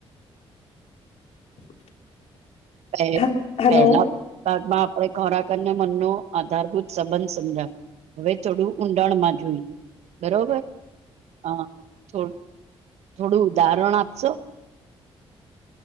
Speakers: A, on the left (about 70°); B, on the right (about 80°).
A: <inaudible>
B: પહે-
A: હ
B: પહેલાં
A: હલો
B: ભાગમાં ખોરાક અને મનનો આધારભૂત સંબંધ સમજાયો. હવે થોડું ઊંડાણમાં જોઈએ બરોબર. હા થોડું. થોડું ઉદાહરણ આપશો?